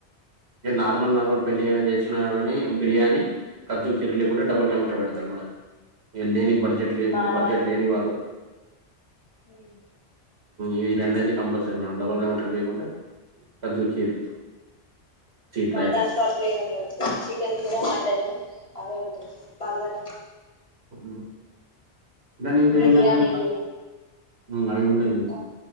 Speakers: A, on the right; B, on the left.
A: ఇగ నార్మల్
B: అవును
A: నార్మల్ పెండ్లి ఏదైనా జేశిన కాని బిర్యానీ కద్దు కీరీ లేకుంటే డబల్ కమీట పెడతరు మేడం ఇగ లేని
B: ఆ,
A: బడ్జెట్ లేకు
B: మాదా
A: బడ్జెట్ లేని వారు
B: ఉ
A: ఈ రెండైతే కంపల్సరీ మేడం డబల్ కమిట లేయకుంటే కద్దు కీర్ స్వీట్లు
B: మా
A: అయితే
B: దాంట్లో అట్లేముండదు చికెన్ కూర మటను అవ్వే ఒండుతరు భగార
A: ఉండు దనింకేందట
B: ఈ బిర్యానీలు
A: ఇంకా ఊ అవి ఉండయి ఇంగ